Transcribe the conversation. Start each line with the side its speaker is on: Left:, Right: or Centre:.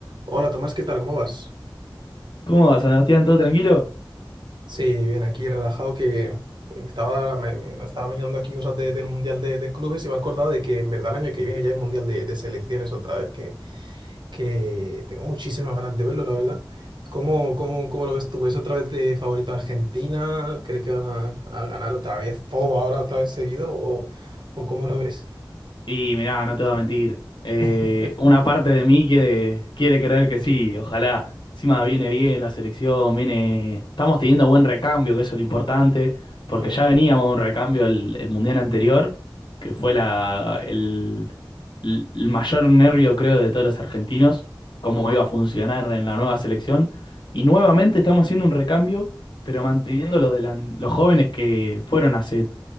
Right: Hola Tomás, ¿qué tal? ¿Cómo vas?
Left: ¿Cómo va, Sebastián? ¿Todo tranquilo?
Right: Sí, bien, aquí relajado que eh, estaba, me, me estaba mirando aquí cosas de- del Mundial de, de Clubes y me he acordado de que en verdad el año que viene ya hay Mundial de, de Selecciones otra vez, que, que tengo muchísimas ganas de verlo, la verdad. ¿Cómo, cómo, cómo lo ves tú? ¿Ves otra vez de favorito a Argentina? ¿Crees que van a, a ganar otra vez todo ahora, otra vez seguido? ¿O, o cómo lo ves?
Left: Y mirá, no te voy a mentir. eh,
Right: <laughs>
Left: una parte de mí quiere, quiere creer que sí, ojalá. Encima viene bien la selección, viene. Estamos teniendo buen recambio, que eso es lo importante, porque
Right: Mm.
Left: ya veníamos de un recambio el, el mundial anterior, que fue la, el, el el mayor nervio, creo, de todos los argentinos, cómo iba a funcionar en la nueva selección. Y nuevamente estamos haciendo un recambio, pero manteniendo lo de la- los jóvenes que fueron hace